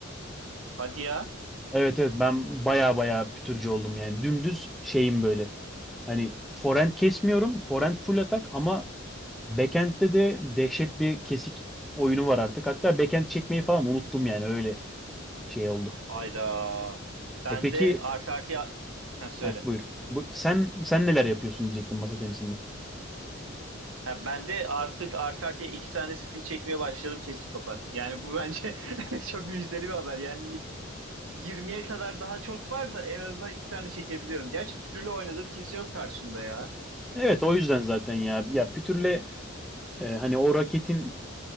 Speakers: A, on the right (about 85°); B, in the centre.
A: Hadi ya.
B: Evet evet ben baya baya pütürcü oldum yani. Dümdüz şeyim böyle. Hani forehand kesmiyorum. Forehand full atak ama backhand'de de dehşet bir kesik oyunu var artık. Hatta backhand çekmeyi falan unuttum yani öyle şey oldu.
A: Hayda. Ben
B: E peki
A: de arka arkaya... Ha, söyle.
B: heh, buyur. Bu, sen sen neler yapıyorsun diyecektim masa tenisinde.
A: Ha, ben de artık arka arkaya iki tane spin çekmeye başladım kesik topa. Yani bu bence <laughs> çok müjdeli bir haber. Yani y- 20'ye kadar daha çok var da en azından iki tane çekebiliyorum. Gerçi pütürlü oynadığım kimse yok karşımda ya.
B: Evet o yüzden zaten ya ya pütürle e, hani o raketin